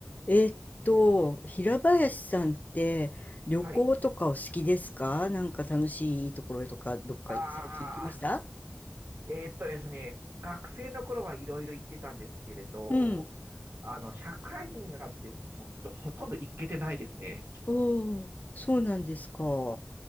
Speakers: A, on the left (about 40°); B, on the right (about 75°).
A: えーっと、平林さんって旅行とかお好きですかなんか楽しいところとかどっか最近行きました
B: はい。あーえーっとですね、学生の頃はいろいろ行ってたんですけれど、
A: うん。
B: あの、社会人になって、もうちょっとほとんど行けてないですね。
A: おー、そうなんですか。